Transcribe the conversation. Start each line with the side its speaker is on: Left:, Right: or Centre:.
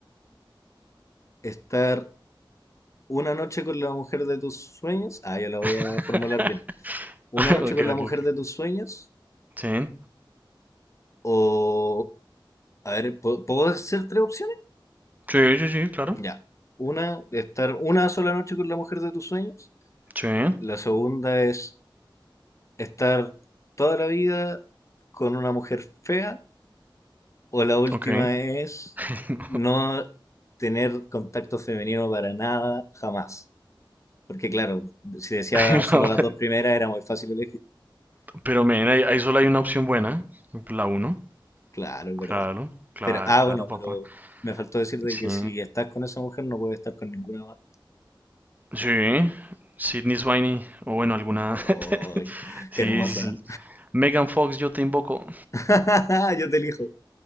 Left: estar una noche con la mujer de tus sueños. Ah, ya la voy
Right: <laughs>
Left: a formular bien. Una
Right: Ok,
Left: noche con
Right: ok,
Left: la mujer
Right: ok.
Left: de tus sueños.
Right: Sí.
Left: O, a ver, ¿puedo, puedo hacer tres opciones?
Right: Sí, sí, sí, claro.
Left: Ya. Una, estar una sola noche con la mujer de tus sueños.
Right: Sí.
Left: La segunda es estar toda la vida con una mujer fea. O la última
Right: Ok.
Left: es
Right: <laughs> No,
Left: no tener contacto femenino para nada, jamás. Porque claro, si decía
Right: <laughs>
Left: solo
Right: No.
Left: las dos primeras era muy fácil elegir.
Right: Pero, men, ahí, ahí solo hay una opción buena. La uno.
Left: Claro, es
Right: Claro,
Left: verdad.
Right: claro,
Left: Pero, ah,
Right: claro,
Left: bueno,
Right: papá.
Left: pero me faltó decirte
Right: Sí.
Left: que si estás con esa mujer no puedes estar con ninguna más.
Right: Sí. Sydney Sweeney. O bueno, alguna.
Left: ¡Ay,
Right: <laughs> Sí,
Left: qué hermosa!
Right: sí, sí. Megan Fox, yo te invoco.
Left: <laughs> Yo te elijo.